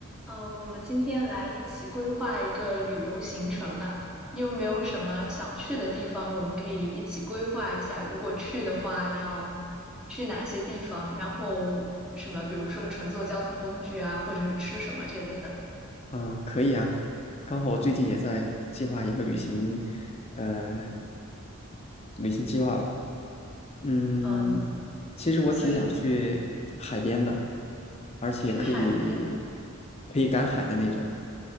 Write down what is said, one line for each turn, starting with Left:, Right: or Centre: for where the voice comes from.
Centre: 嗯，我们今天来一起规划一个旅游行程吧。你有没有什么想去的地方？我们可以一起规划一下，如果去的话要去哪些地方，然后什么，比如说乘坐交通工具啊，或者是吃什么这类的。
Left: 嗯，可以啊，刚好我最近也在计划一个旅行，呃，旅行计划吧。嗯，
Centre: 嗯，
Left: 其实我挺想去海边的，
Centre: 所以你
Left: 而且可以
Centre: 去海边
Left: 可以赶海的那种。